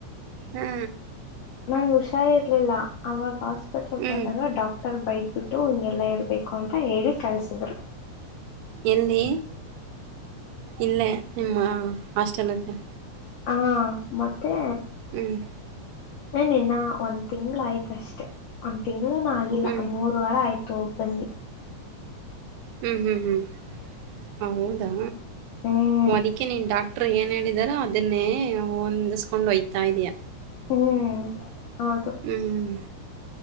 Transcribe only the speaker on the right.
ಹಾ
ಹ್ಮ್
ಎಲ್ಲಿ ಇಲ್ಲೇ ನಿಮ್ಮ ಹಾಸ್ಟೆಲ್ತ್ತ
ಹ್ಮ್
ಹ್ಮ್
ಹ್ಮಞ ಹ್ಮ್ ಹ್ಮ್ ಹೌದಾ
ಅದಕ್ಕೆ ನೀನ್ನು ಡಾಕ್ಟ್ರ ಏನ್ ಹೇಳಿದಾರ ಅದನ್ನೇ ಹೊಂದಿಸ್ಕೊಂಡು ಹೊಯ್ತಾ ಇದಯಾ
ಹ್ಮ್